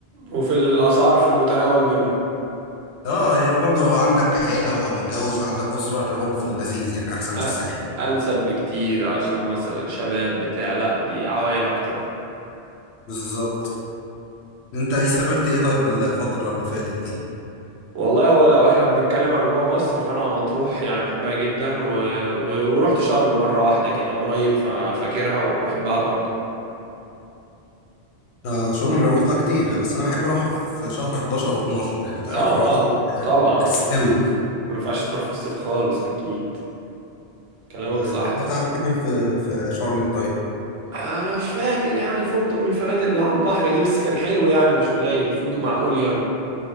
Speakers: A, on the right (about 75°); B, on the left (about 80°).
A: وفي الاسعار في المتناول منه
B: اه هي برضه لو عندك عيلة و- او متجوز وعندك أسرة هتبقى برضه في اللذيذ يعني احسن من
A: أ-
B: الساحل
A: انسب بكتير عشان مثلا شباب بتاع لا دي عوائل اكتر
B: بالظبط انت ايه سافرت ايه طيب الفترة اللي فاتت دي
A: والله هو لو احنا بنتكلم عن جوه مصر فانا مطروح يعني بحبها جدا و... و... ورحت شرم مرة واحدة كده قريب ففاكرها وبحبها برضه
B: آه شرم انا رحتها كتير بس انا بحب اروحها في شهر 11 او 12 يعني انت
A: اه
B: عارف لو رحتها
A: ط- طبعا
B: هتستوي
A: ما ينفعش تروح في الصيف خالص اكيد كلامك
B: آه
A: صح
B: رحت قعدت فين في في شرم طيب
A: انا مش فاكر يعني فندق من الفنادق اللي على البحر دي بس كان حلو يعني مش قليل فندق معقول يعني